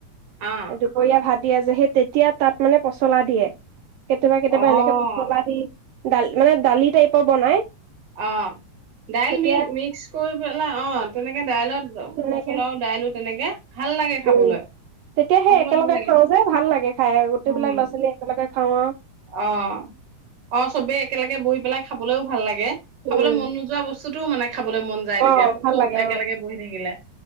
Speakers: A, on the right; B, on the right.
A: অ',
B: দুপৰীয়া ভাত দিয়া যে সেই তেতিয়া তাত মানে পচলা দিয়ে কেতিয়াবা কেতিয়াবা
A: অ',
B: এনেকে পচলা দি দাল মানে দালি টাইপৰ বনাই
A: অ দাইল
B: তেতিয়া
A: মি মিক্স কৰি পেলাই অ তেনেকে দাইলত
B: তেনেকে
A: পচলাও দাইলো তেনেকে ভাল লাগে খাবলৈ,
B: উম তেতিয়া সেই
A: খাবলৈ
B: একেলগে
A: ভাল লাগে
B: খাও যে ভাল লাগে খাই গোটেইবিলাক
A: উম,
B: ল'ৰা ছোৱালী একেলগে <unintelligible>
A: অ', অ', চবেই একেলগে বহি পেলাই খাবলৈও ভাল লাগে
B: উম।
A: খাবলৈ মন নোযোৱা বস্তুতটোও মানে খাবলৈ মন যায় তেতিয়া
B: অ ভাল
A: চব
B: লাগে
A: একেলগে
B: অ
A: বহি থাকিলে